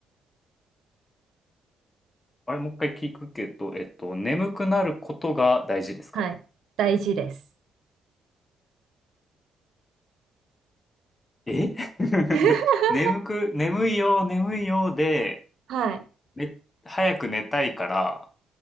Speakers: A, on the left; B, on the right.
A: あれ、もう一回聞くけど、えっと、眠くなることが大事ですか
B: はい。大事です。
A: え <laughs>
B: <laughs>
A: 眠く、眠いよ、眠いよで、
B: はい。
A: め、早く寝たいから、